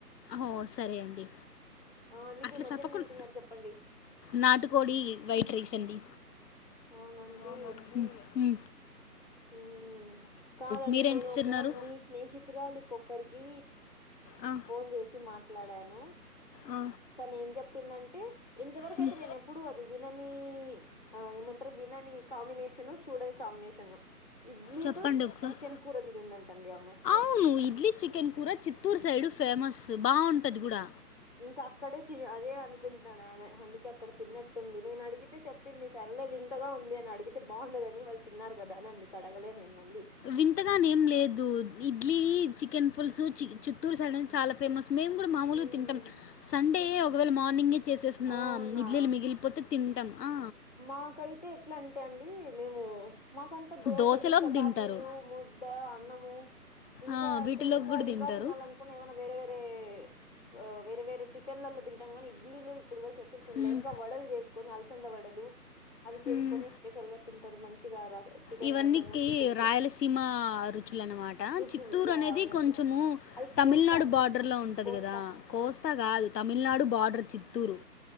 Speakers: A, on the left (about 80°); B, on the left (about 30°).
A: ఓ సరే అండి
B: ఆ అందుకే
A: అట్లా
B: మధ్యానం
A: చెప్పకున్
B: ఏం తిన్నారు చెప్పండి
A: నాటుకోడి వైట్ రైస్ అండి
B: అవునండి.
A: అవునా అండి ఉం
B: ఉం కాదండి
A: మీరేం
B: నేను ఒక
A: తిన్నారు
B: మీ స్నేహితురాళక్కొక్కరికి
A: ఆ
B: ఫోన్ చేసి మాట్లాడాను
A: ఆ
B: తను ఏం చెప్పిందంటే ఇంతవరకు
A: హ్మ్
B: అయితే నేను ఇప్పుడు అది వినని ఆ ఏమంటారు వినని కాంబినేషను చూడని కాంబినేషను ఇడ్లీతో
A: చెప్పండి ఒకసారి
B: చికెన్ కూర తినిందంట అండి ఆమె
A: అవును ఇడ్లీ చికెన్ కూర చిత్తూరు సైడ్ ఫేమస్ బాగుంటది కూడా
B: ఇంకా అక్కడే అదే అనుకుంటాను ఆమె అందుకే అక్కడ తిన్నట్టుంది నేను అడిగితే చెప్ చెప్పింది సరలే వింతగా ఉంది అని అడిగితే బాగుండదని వాళ్ళు తిన్నారు కదా అని అందుకు అడగలే నేను మళ్ళీ
A: వింతగానే ఏం లేదు ఇడ్లీ చికెన్ పులుసు చి చు చిత్తూరు సైడ్ అనేది చాలా ఫేమస్ మేము కూడా మామలుగా
B: ఉమ్
A: తింటాం సండే ఒకవేళ మార్నింగ్ చేసేసిన
B: అవునా
A: ఇడ్లీలు మిగిలిపోతే తింటాం ఆ
B: మాకైతే ఎట్లా అంటే అండి మేము మాకంత దోశలు
A: దోశలోకి
B: చపాతీలు
A: తింటారు
B: ముద్ద అన్నము ఇంకా
A: ఆ
B: అంటే
A: వీటిలోకి
B: ఇంకా
A: కూడా తింటారు
B: ఇంకా తినాలనుకు ఏమైనా వేరే వేరే ఆ వేరే వేరే టిఫన్లలో తింటాం కానీ ఇడ్లీలో ఇప్పుడు వరకు ఎప్పుడు తినలే
A: మ్మ్
B: ఇంకా వడలు చేసుకోని అలసంద వడలు అవి చేసుకొని
A: మ్మ్
B: స్పెషల్ గా తింటారు మంచిగా చికెన్
A: ఇవన్నకి
B: రసము చికెన్
A: రాయలసీమ
B: తో
A: రుచులనమాట
B: రుచులు
A: చిత్తూరు
B: యా
A: అనేది
B: అవునండి
A: కొంచము
B: అది
A: తమిళనాడు
B: కోస్తా
A: బార్డర్లో ఉంటుంది
B: కోస్తా
A: కదా కోస్తా కాదు తమిళనాడు బార్డర్ చిత్తూరు